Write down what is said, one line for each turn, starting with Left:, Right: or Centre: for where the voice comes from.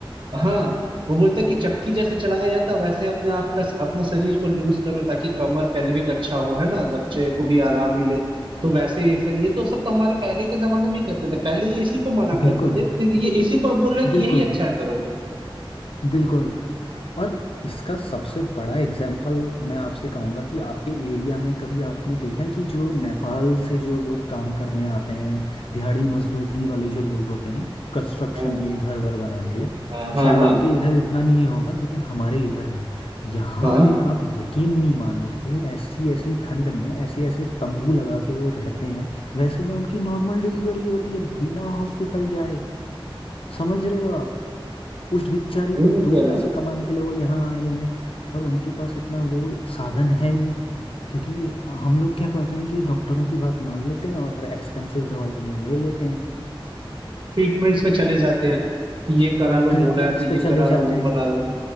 Right: हाँ वो बोलता है कि चक्की जैसे चलाया जाता है, वैसे अपने आप का अपना शरीर को लूज करो ताकि कमर पेल्विक अच्छा हो है ना बच्चे को भी आराम मिले तो वैसे ही exercise- ये तो सब तो हमारे पहले के जमाने में ही करते थे पहले ये इसी को मना करते
Left: बिल्कुल
Right: थे फिर ये इसी को अब बोल रहे हैं कि
Left: बिल्कुल
Right: यही अच्छा करो
Left: बिल्कुल और इसका सबसे बड़ा एग्जाम्पल मैं आपसे कहूँगा कि आपके एरिया में कभी आपने देखा है कि जो नेपाल से जो लोग काम करने आते हैं दिहाड़ी मजदूरी वाले जो लोग होते हैं कंस्ट्रक्शन
Right: हाँ
Left: ये घर वर बनाने के लिए
Right: हाँ हाँ
Left: शायद
Right: हाँ
Left: आपके इधर इतना नहीं होगा लेकिन हमारे इधर है यहाँ
Right: हाँ,
Left: पे आप यकीन नहीं मानोगे ऐसी ऐसी ठंड में ऐसे ऐसे तंबू लगा के वो रहते हैं वैसे में उनकी नॉर्मल डिलीवरी होती है बिना हॉस्पिटल जाए समझ रहे हो आप उस बिचारी
Right: वही
Left: के
Right: मैं
Left: दो
Right: कह रहा
Left: पैसे
Right: हूँ
Left: कमाने के लिए वो यहाँ आए हैं और उनके पास इतना वो साधन है नहीं क्योंकि हम लोग क्या करते हैं कि डॉक्टरों की बात मान लेते हैं और एक्सपेंसिव दवाइयाँ ले लेते हैं
Right: ट्रीटमेंट्स में चले जाते हैं कि ये करा लो
Left: ट्रीटमेंट्स
Right: बोला है तो
Left: पे
Right: ये
Left: चले
Right: करा
Left: जाते
Right: लो वो
Left: हैं
Right: भला लो